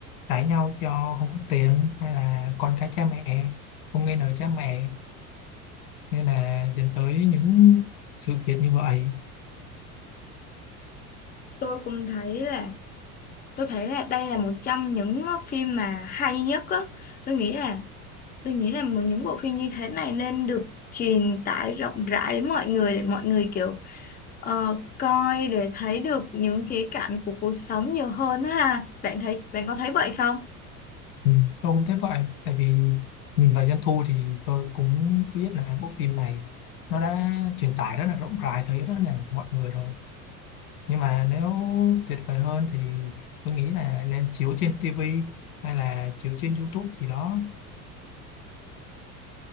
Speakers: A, on the left (about 70°); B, on the left (about 20°).
A: cãi nhau do không có tiền hay là con cái cha mẹ không nghe lời cha mẹ nên là dẫn tới những sự việc như vậy.
B: tôi cũng thấy là tôi thấy là đây là một trong những ờ, phim mà hay nhất á tôi nghĩ là tôi nghĩ là một những bộ phim như thế này nên được truyền tải rộng rãi đến mọi người để mọi người kiểu ờ, coi để thấy được những khía cạnh của cuộc sống nhiều hơn á ha bạn thấy bạn có thấy vậy không
A: Ừ. Tôi cũng thấy vậy, tại vì nhìn vào doanh thu thì tôi cũng biết là bộ phim này nó đã truyền tải rất là rộng rãi tới rất là mọi người rồi. nhưng mà nếu tuyệt vời hơn thì tôi nghĩ là lên chiếu trên TV hay là chiếu trên YouTube gì đó